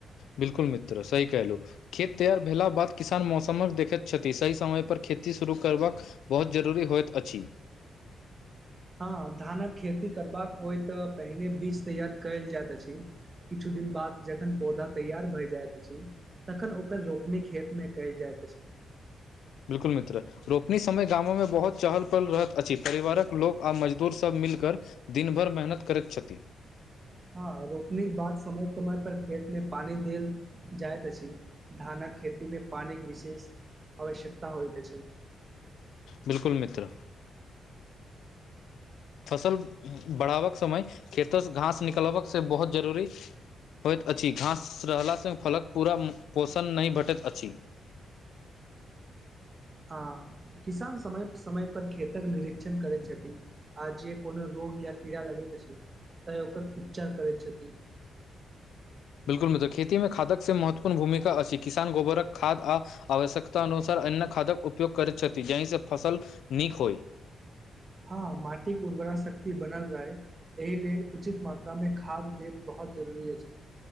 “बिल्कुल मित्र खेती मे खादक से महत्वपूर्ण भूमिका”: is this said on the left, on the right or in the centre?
Left